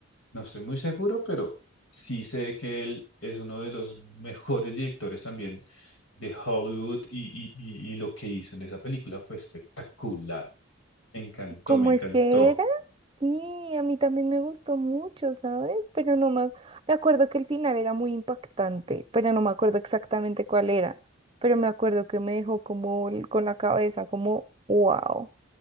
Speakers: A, on the left; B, on the right.
A: No estoy muy seguro, pero sí sé que él es uno de los mejores directores también de Hollywood y, y, y, y lo que hizo en esa película fue espectacular. Me encantó,
B: ¿Cómo
A: me encantó.
B: es que era? Sí, a mí también me gustó mucho, ¿sabes? Pero no me, me acuerdo que el final era muy impactante, pero no me acuerdo exactamente cuál era. Pero me acuerdo que me dejó como el- con la cabeza, como, wow.